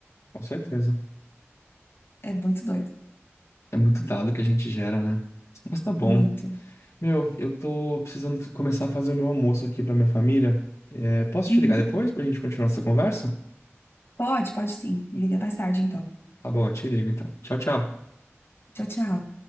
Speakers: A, on the left; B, on the left.
A: com certeza.
B: É muito doido.
A: É muito dado que a gente gera, né? Mas tá bom.
B: Muito.
A: Meu, eu tô precisando começar a fazer o meu almoço aqui pra minha família. É, posso
B: Uhum.
A: te ligar depois pra gente continuar essa conversa?
B: Pode, pode sim. Me liga mais tarde, então.
A: Tá bom, eu te ligo então. Tchau, tchau.
B: Tchau, tchau.